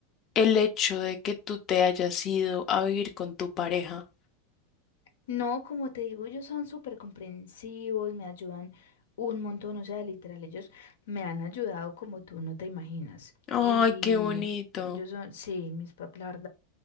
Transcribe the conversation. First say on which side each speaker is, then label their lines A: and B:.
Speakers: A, on the left; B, on the left.
A: el hecho de que tú te hayas ido a vivir con tu pareja.
B: no, como te digo, ellos son súper comprensivos, me ayudan un montón, o sea, literal, ellos me han ayudado como tú no te imaginas.
A: Ay,
B: Y
A: qué bonito,
B: ellos son, sí, mis papás,